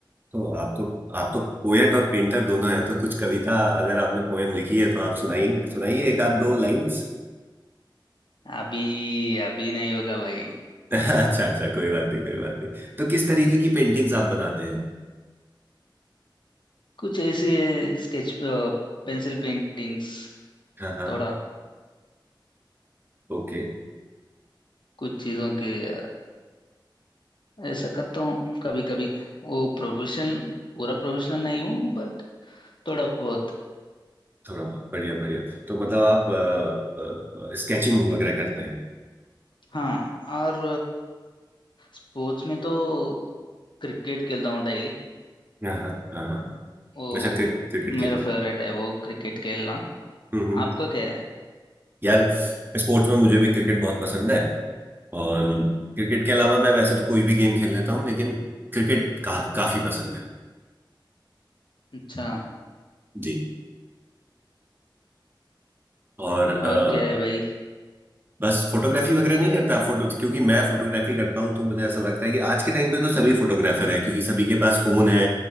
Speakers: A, on the right; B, on the left.
A: तो आप तो आप तो पोएट और पेंटर दोनों हैं तो कुछ कविता अगर आपने पोएम लिखी है तो आप सुनाइए सुनाइए एक आध दो लाइंस
B: अभी अभी नहीं होगा भाई
A: <laughs> अच्छा अच्छा कोई बात नहीं कोई बात नहीं तो किस तरीके की पेंटिंग्स आप बनाते हैं
B: कुछ ऐसे स्केच पेंसिल पेंटिंग्स
A: हाँ हाँ
B: थोड़ा
A: ओके
B: कुछ चीज़ों के अ, ऐसा करता हूँ कभी कभी वो प्रोफेशनल पूरा प्रोफेशनल नहीं हूँ बट थोड़ा बहुत
A: थोड़ा बहुत बढ़िया बढ़िया तो मतलब आप स्केचिंग वगैरह करते हैं
B: हाँ और स्पोर्ट्स में तो क्रिकेट खेलता हूँ डेली
A: हाँ हाँ हाँ हाँ
B: वो
A: अच्छा क्रि, क्रिकेट
B: मेरा
A: खेलते
B: फेवरेट
A: हैं
B: है वो क्रिकेट खेलना
A: हम्म हम्म
B: आपका क्या है
A: यार स्पोर्ट्स में मुझे भी क्रिकेट बहुत पसंद है और क्रिकेट के अलावा मैं वैसे तो कोई भी गेम खेल लेता हूँ लेकिन क्रिकेट का, काफी पसंद है
B: अच्छा
A: जी और अ,
B: और क्या है भाई
A: बस फोटोग्राफी वगैरह नहीं करता आप फोटो क्योंकि मैं फोटोग्राफी करता हूँ तो मुझे ऐसा लगता है कि आज के टाइम पे तो सभी फोटोग्राफर हैं क्योंकि सभी के पास फोन है